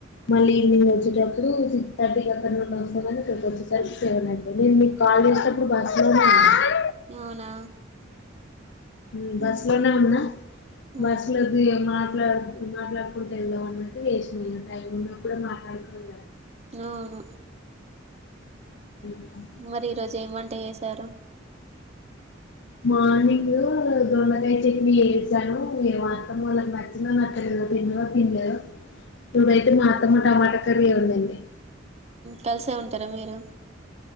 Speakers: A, on the left (about 65°); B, on the right (about 35°).
A: మళ్ళీ
B: ఉమ్,
A: ఈవినింగ్ వచ్చేటప్పుడు థర్టీకి అక్క నుండి వస్తడు గని ఇక్కకి వచ్చేసరి సెవెన్ అయియి నేను మీకు కాల్ చేసినప్పుడు బస్సు లోనే వున్నడు
B: అవునా
A: ఉ బస్
B: ఉమ్,
A: లోనే ఉండన
B: ఉమ్,
A: బస్ లోద్దు ఏ మార్ గర్ల్స్ది మాట్లాడు నువ్ తెల్లావనట్టు అన్నట్టు చేసినిగ రైన్ లో కూడ మాట్లాడు ఫోన్ల
B: అవును
A: కదా
B: మరి ఈ రోజు ఏం వంట చేసారు
A: మార్నింగ్ దొండకాయ చెట్నీ చేసాను ఇగ మా అతమోలకు నచ్చిందో నచ్చలేదో తిన్నరో తినలేదో ఇదయ్తే మాతమ్మ టమాట ఆ కర్రీ ఏ ఉందండి
B: కలిసే ఉంటారా మీరు